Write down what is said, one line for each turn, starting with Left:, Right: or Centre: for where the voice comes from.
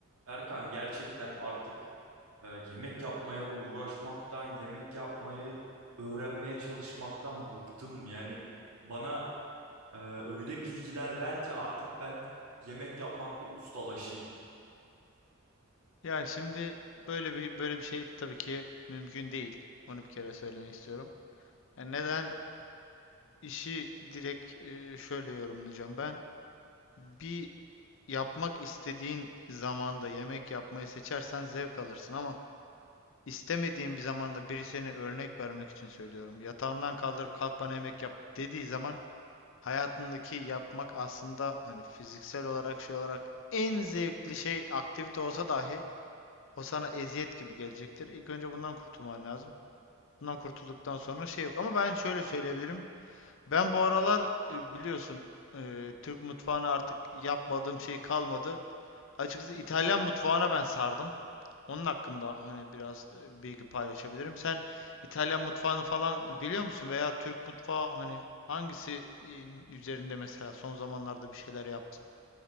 Right: Erkan gerçekten artık e, yemek yapmaya uğraşmaktan, yemek yapmayı öğrenmeye çalışmaktan bıktım. Yani bana e, öyle bilgiler ver ki artık ben yemek yapmakta ustalaşayım.
Left: Ya şimdi böyle bir böyle bir şey tabii ki mümkün değil. Onu bir kere söylemek istiyorum. Yani neden işi direkt e, şöyle yorumlayacağım ben. Bir yapmak istediğin zamanda yemek yapmayı seçersen zevk alırsın ama istemediğin bir zamanda biri seni örnek vermek için söylüyorum. Yatağından kaldırıp kalk bana yemek yap dediği zaman hayatındaki yapmak aslında hani fiziksel olarak şey olarak en zevkli şey aktivite olsa dahi O sana eziyet gibi gelecektir. İlk önce bundan kurtulman lazım. Bundan kurtulduktan sonra şey yok. Ama ben şöyle söyleyebilirim. Ben bu aralar e, biliyorsun e, Türk mutfağına artık yapmadığım şey kalmadı. Açıkçası İtalyan mutfağına ben sardım. Onun hakkında hani biraz e, bilgi paylaşabilirim. Sen İtalyan mutfağını falan biliyor musun? Veya Türk mutfağı hani hangisi e, üzerinde mesela son zamanlarda bir şeyler yaptın?